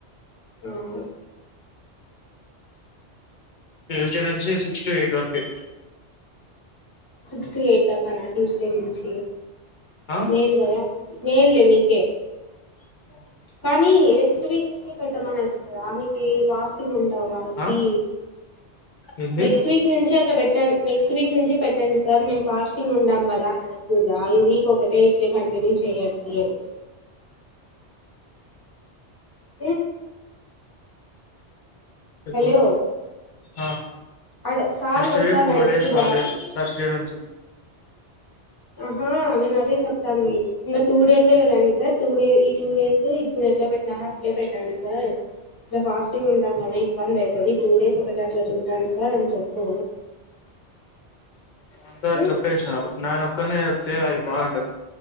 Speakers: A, on the left; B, on the left.
A: అవునా
B: ట్యూస్డే నుంచి sixty twenty
A: six to eight దాకానా ట్యూస్డే నుంచి
B: ఆ
A: మేల్ కదా మేల్లే మీకే
B: ఆ
A: కానీ నెక్స్ట్ వీక్ నుంచే పెట్టమనచ్చు కదా ఆనికి ఫాస్టింగ్ ఉం టవు కాబట్టీ
B: ఆ ఏంది
A: నెక్స్ట్ వీక్ నుంచి అట్లా పెట్ట నెక్స్ట్ వీక్ నుంచి పెట్టండి సార్ మేం ఫాస్టింగ్ ఉంటాం కదా అని అడగున్రా ఈ వీక్ ఒకటే ఇట్లే కంటిన్యూ చేయండి అని ఏ
B: చెప్పు
A: హలో
B: ఆ
A: అడ సార్ని
B: నెక్స్ట్
A: ఒకసారి
B: వీక్ ఫోర్
A: అడగకూడదా
B: డేస్ హాల్డేస్ సటర్డే నుం చె
A: ఆహా నేన్ అదే చెప్తంది. ఇంకా టూ డేసే కదండి సార్ టూ డే ఈ టూ డేస్ ఇప్పుడు ఎట్ల పెట్టినారో అట్లే పెట్టండి సార్ ఇట్ల ఫాస్టింగ్ ఉంటాం కదా ఇబ్బందయితది. టూ డేస్ ఒక దాంట్ల చూడండి సార్ అని చెప్పు.
B: ఇంకా
A: ఉమ్,
B: చెప్పేసినారు నేన ఒక్కరినే అేయి కాంట